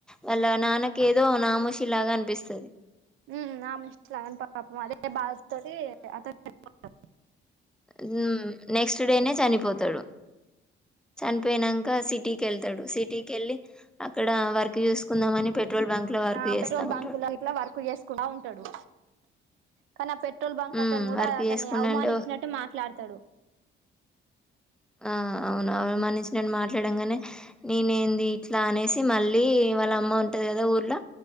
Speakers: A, in the centre; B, on the right.
A: వాళ్ళ నాన్నకేదో నామూషి లాగా అన్పిస్సది
B: ఉ నా మూష్టీలాంట పాపం అదే బాధ తోటి అతను చనిపోతాడూ
A: మ్ నెక్స్తడే నే చనిపోతడు చనిపోయినంక సిటీకెళ్తడు సిటీకెళ్ళి అక్కడ వర్కు చూసుకుందామని పెట్రోల్ బంక్ లో వర్క్
B: ఆ
A: చేస్తా
B: పెట్రోల్
A: ఉంటడు
B: బంకులో ఇట్లా వర్క్ చేసుకుంటా ఉంటడూ కాని ఆ పెట్రోల్ బంక్
A: ఉమ్
B: అతను కూడా
A: వర్క్
B: అతని
A: చేసుకున్నాంటే
B: అవమానించినట్టు మాట్లాడతడు
A: ఆ అవునవును అమానించ్నట్ మాట్లాడంగానే నేనేంది ఇ ట్లా అనేసి మళ్ళీ వాళ్ళ అమ్మ ఉంటది కదా ఊరులో